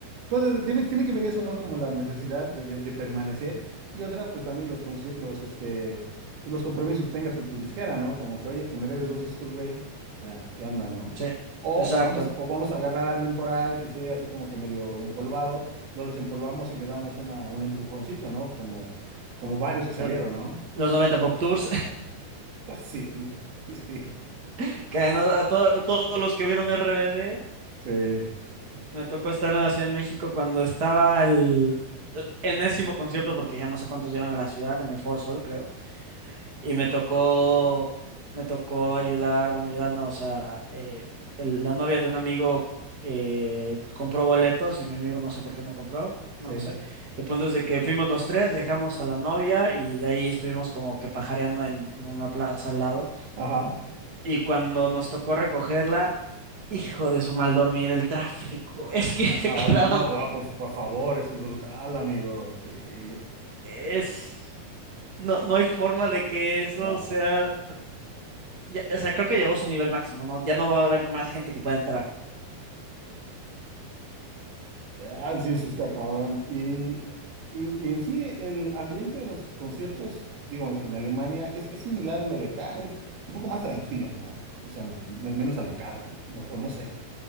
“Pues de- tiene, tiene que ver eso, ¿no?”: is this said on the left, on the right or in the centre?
Right